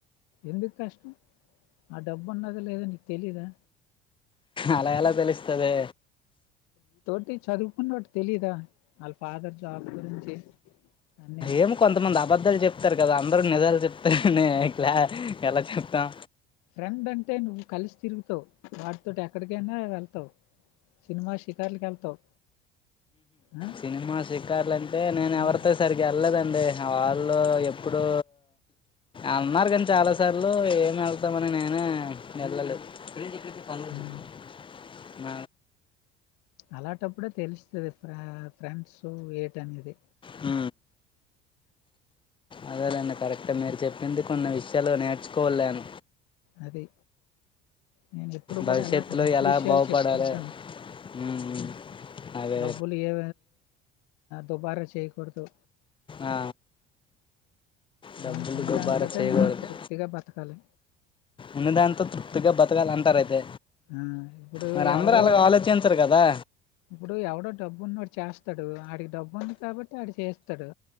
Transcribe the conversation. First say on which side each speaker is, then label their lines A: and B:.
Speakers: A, on the left; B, on the left.
A: ఎందుకు కష్టం ఆ డబ్బు ఉన్నద లేదా నీకు తెలిదా
B: అలా ఎలా తెలుస్తది
A: టే చదువుకున్నట్టు తెలీదా ఫాదర్ జాబ్ గురించి అన్ని
B: ఏం కొంతమంది అబద్ధాలు చెప్తారు కద అందరూ నిజాలు చె కలా ఎలా చె త
A: ఫ్రెండ్ అంటే నువ్ కలిసు తిరుగుతావు వాటితో ఎక్కడికైనా వెళ్తావు సినిమా షికార్లకి వెళ్తావు ఆ
B: సినిమా సీకార్లు అంటే నేను
A: ఆ
B: ఎవరితో సరికి వెళ్ళలేదం అంటే వాళ్ళు ఎప్పుడుూ అన్నారు కానీ చాలాసార్లు ఏమి వెళ్తామని నేనే వెళ్ళలేదు <unintelligible>
A: మ్
B: మ
A: అలాటప్పుడే తెలుస్తుంది ఫ ఫ్రెండ్స్ ఏటనేది
B: ఆ అదేదండి కరెక్టా మీరు చెప్పింది కొన్ని విషయాలు నేర్చుకోకాలన
A: అదీ నేను ఎప్పుడు
B: భవిష్యత్తులో
A: కూడా ఎలాంటి మంచి
B: ఎలా
A: విషయాలు
B: బాగుపడాలి
A: చెప్తుంటాను
B: ఉమ్, అదే
A: డబ్బులు ఏ దుబారా చేయకూడదు
B: ఆ డబ్బులు
A: మనకున్న
B: డబ్బారా
A: దానితోటే
B: చేయకూడదు
A: మనం తృప్తిగా బతకాలి
B: ఉన్న దాంతో తృప్తిగా బతకాల అంటార అయితే
A: హ్మ్ ఇప్పుడు
B: మరి అందరూ
A: ఎవరో
B: అలాగ ఆలోచించరు కదా
A: ఇప్పుడు ఎవడు డబ్బు ఉన్నడు చేస్త స్తాడు ఆడికి డబ్బు ఉంది కాబట్టి ఆడు చేస్తాడు